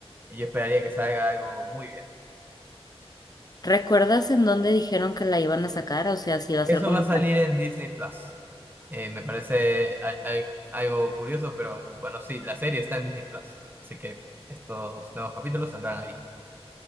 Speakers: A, on the right; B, on the left.
A: yo esperaría que salga algo muy bien.
B: ¿Recuerdas en dónde dijeron que la iban a sacar? O sea, si iba a
A: Eso
B: ser como
A: va a
B: en
A: salir
B: plan
A: en Disney Plus. Eh, me parece al- al- algo curioso, pero bueno, sí, la serie está en Disney Plus. Así que estos nuevos capítulos saldrán ahí.